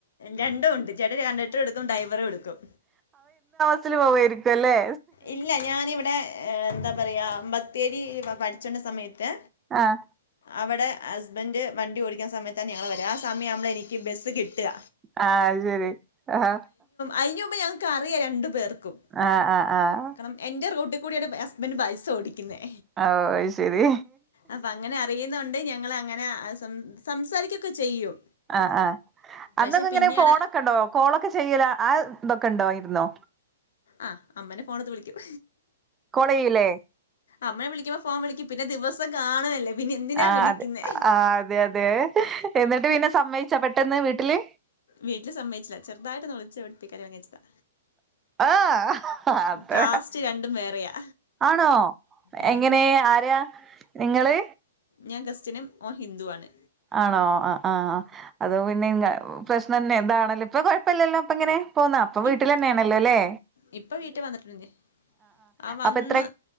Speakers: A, on the left; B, on the right.
A: രണ്ടുവുണ്ട് ചേട്ട കണ്ടക്ടറുവെട്ക്കും ഡ്രൈവറുഎടുക്കും
B: ബ സ്സില് പോവേർക്കുംല്ലേ
A: ഇല്ല ഞാനിവിടെ ഏ ന്താ പറയാ ബത്തേരി പഠിച്ചണ്ട സമയത്ത്
B: അഹ്
A: അവിടെ ഹസ്ബൻഡ് വണ്ടി ഓടിക്കുന്ന സമയത്ത് തന്നെ ഞങ്ങൾ വരാ ആ സമയത്താവുമ്പോൾ എനിക്ക് ബസ്സ് കിട്ടുക
B: അഹ് അത് ശെരി അഹ്
A: അയിന്ന്മുമ്പ് ഞങ്ങക്ക് അറിയാം രണ്ടു പേർക്കും
B: അഹ് അഹ് അഹ്
A: ത്രം എന്റെ റൂട്ടിൽ കൂടിയണ് ഹസ്ബൻഡറ് ബസ് ഓടിക്കുന്നേ
B: ഓഹ് അത് ശരി
A: അപ്പൊ അങ്ങനെ അറിയുന്നുണ്ട് ഞങ്ങളാ അങ്ങനെ സം സംസാരിക്കൊക്കെ ചെയ്യും
B: ആഹ് ആഹ്
A: പക്ഷെ
B: അന്നൊക്കെ ഇങ്ങനെ
A: പിന്നെയാണ്
B: ഫോണൊക്കെ ഉണ്ടോ കോളൊക്കെ ചെയ്യല ആ ഇതൊക്കെ ഉണ്ടോ ആയിരുന്നോ
A: അഹ് അമ്മനെ ഫോണത് വിളിക്കും
B: കോള്ചെയ്യുലേ
A: അമ്മേവിളിക്കുമ്പ ഫോൺ വിളിക്കും പിന്നെ ദിവസം കാണുവല്ലേ പിന്നെ എന്തിനാ
B: ആഹ്
A: വിളിക്കുന്നെ
B: അതെ ആഹ് അതെ അതെ എന്നിട്ട് പിന്നെ സമ്മയിച്ച പെട്ടെന്ന് വീട്ടില്
A: വീട്ടിൽ സമ്മയിച്ചില്ല ചെറുതയ്ട്ടൊന്നു ഒളിച്ച് ഓടിപോയികല്യാണം കഴിച്ചതാ
B: അഹ് അതെ
A: കാസ്റ്റ് രണ്ടും വേറെയാ
B: ആണോ
A: ഉം
B: എങ്ങനെ ആരെയാ നിങ്ങള്
A: ഞാൻ ക്രിസ്ത്യനും ഓൻ ഹിന്ദു ആണ്
B: ആണോ അഹ് അഹ് അത് പിന്നെ പ്രശ്നം തന്നെ ന്താണല്ലോ ഇപ്പ കുഴപ്പമില്ലല്ലോ ഇപ്പൊ എങ്ങനെ പോന്ന അപ്പൊ വീട്ടിൽ
A: ഇപ്
B: തന്നെയാണല്ലോ അല്ലേ
A: ഇപ്പൊ വീട്ടിൽ വന്നിട്ടു ഞ്ഞിആ വന്ന്
B: അപ്പൊ എത്ര